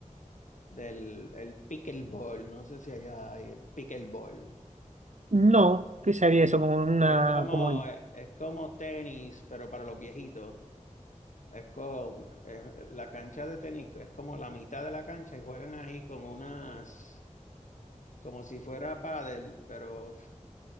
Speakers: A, on the left; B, on the right.
A: del el pickleball, no sé si allá hay el pickleball.
B: No, ¿qué sería eso? Como una,
A: Es como,
B: como un-
A: eh, es como tenis, pero para los viejitos. Es como, es- la cancha de tenis es como la mitad de la cancha y juegan ahí con unas, como si fuera pádel, pero